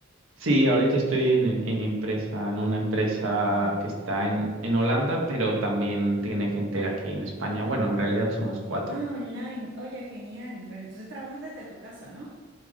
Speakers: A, on the right (about 80°); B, on the right (about 60°).
A: Sí, ahorita estoy en, en- en empresa, en una empresa
B: Ya.
A: que está en, en Holanda, pero también tiene gente aquí en España. Bueno, en realidad somos cuatro.
B: Ah, online. Oye, genial. Pero entonces trabajas desde tu casa, ¿no?